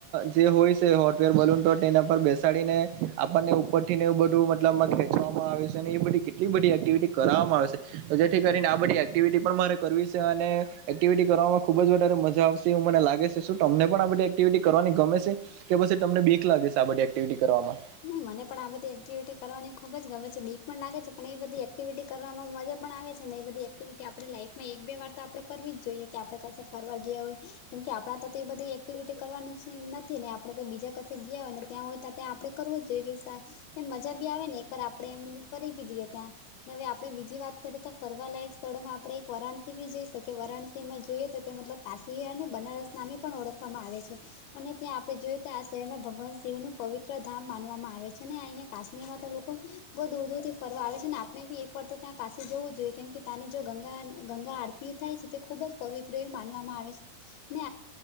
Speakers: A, on the right; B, on the left.
A: જે હોય છે. હોર્ટવેર બલૂન તો તેના પર બેસાડીને આપણને ઉપરથી ને એવું બધું મતલબમાં ખેંચવામાં આવે છે, ને એ બધી કેટલી બધી એક્ટિવિટી કરાવવામાં આવે છે. તો જેથી કરીને આ બધી એક્ટિવિટી પણ મારે કરવી છે, અને એક્ટિવિટી કરવામાં ખુબ જ વધારે મજા આવશે એવું મને લાગે છે. શું તમને પણ આ બધી એક્ટિવિટી કરવાની ગમે છે? કે પછી તમને બીખ લાગે છે આ બધી એક્ટિવિટી કરવામાં?
B: નહી મને પણ આ બધી એક્ટિવિટી કરવાની ખુબ જ ગમે છે. બીક પણ લાગે છે, પણ એ બધી એક્ટિવિટી કરવામાં મજા પણ આવે છે ને એ બધી એક્ટિવિટી આપણે લાઈફમાં એક બે વાર તો આપણે કરવી જ જોઈએ, કે આપણે કશ ફરવા ગયા હોય કેમ કે આપણા તો એ બધી એક્ટિવિટી કરવાની નથી ને આપણેે તો બીજા ક ગયા હોય ત્યાં હોય ત્યાં આપણે કરવું જ જોઈએ સાહે એ મજા ભી આવે ને એકર આપણે એમ ફરી બી લઈએ ત્યાં હવે આપણે બીજી વાત કરીએ તો ફરવાલાયક સ્થળોમાં આપડે એક વારાણસી બી જઈ શકીએ. વારાણસીમાં જોઈએ તો તે મતલબ કાશી અને બનારસ નામે પણ ઓળખવામાં આવે છે. અને ત્યાં આપણે જોઈએ તો આ શહેરમાં ભગવાન શિવનું પવિત્ર ધામ માનવામાં આવે છે, અને અહિયાં કાશ્મીરમાં તો લોકો બહુ દૂર દૂર થી ફરવા આવે છે. અને આપણે બી પડ તો ત્યાં કાશી જવું જ જોઈએ કેમ કે ત્યાંની જો ગંગા ગંગા આરતી થાય છે, તે ખૂબ જ પવિત્ર એવું માનવામાં આવે છે. ને